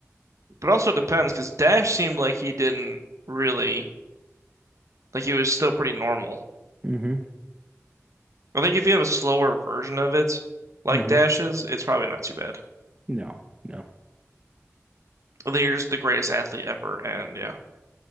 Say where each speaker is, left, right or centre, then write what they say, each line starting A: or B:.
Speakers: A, on the right; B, on the right.
A: But also depends because Dash seemed like he didn't really like he was still pretty normal.
B: hmm
A: I think if you have a slower version of it, like
B: hmm
A: Dash's, it's probably not too bad.
B: No, no.
A: I think you're just the greatest athlete ever, and yeah.